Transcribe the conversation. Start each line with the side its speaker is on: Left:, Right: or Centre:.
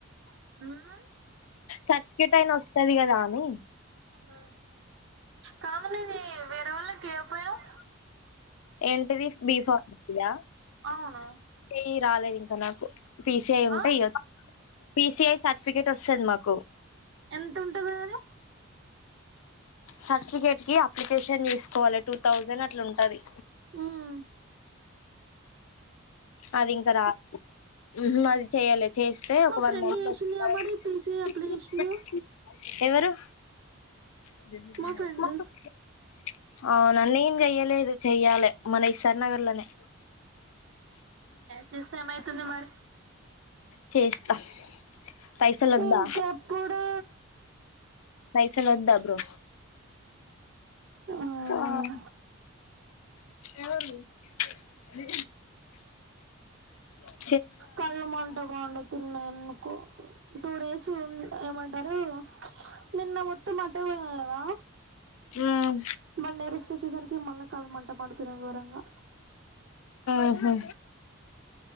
Right: ఆ
Left: కట్కిట్ అయిన వస్తది కదా అని
Right: ఆ కావాలని వేరే వాళ్ళ కిపోయేనావ్
Left: ఏంటిది బి ఫార్మసీ ఆ
Right: అవును
Left: ఎ రాలేదు ఇంకా నాకు పిసిఐ ఉంటాయి
Right: ఆ
Left: ఇగ పిసిఐ సర్టిఫికెట్ వస్తది మాకు
Right: ఎంత ఉంటదె అదె
Left: సర్టిఫికెట్ కి అప్లికేషన్ చేసుకోవాలి టూ థౌజండ్ అట్లా ఉంటది
Right: ఉమ్
Left: అది ఇంక రా ఊహు అది చేయాలి చేస్తే
Right: మా
Left: ఒక వన్
Right: ఫ్రెండ్
Left: మంత్
Right: చేసిందిగా
Left: కి
Right: మరి పీసీ అప్లై
Left: <inaudible>
Right: చేసిందిగా
Left: ఎవరు <unintelligible>
Right: మా ఫ్రెండ్
Left: ఆ నన్నేం చెయ్యలేదె చెయ్యాలె మన ఎస్సార్ నగర్ లోనే
Right: చూస్తే ఏమయితుంది మరి
Left: చేస్తా పైసలు వద్దా
Right: ఇంకెప్పుడు
Left: పైసల్ వద్ద బ్రో
Right: మ్మ్.
Left: ఆ ఎవరిది మీ హ
Right: కళ్ళ మంట మండుతున్నాయ్ ఎందుకో టూ డేస్ ఉన్ ఏమంటారు నిన్న మొత్తం ఆ కదా
Left: మ్మ్
Right: <unintelligible> కాళ్ళు మంట మండుతుంది గోరంగా
Left: ఉహు